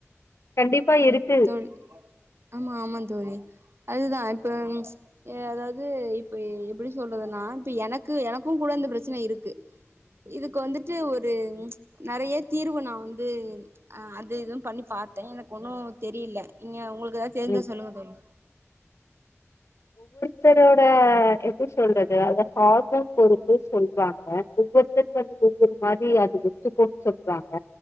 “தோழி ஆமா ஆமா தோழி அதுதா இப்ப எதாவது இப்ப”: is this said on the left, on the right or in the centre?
Right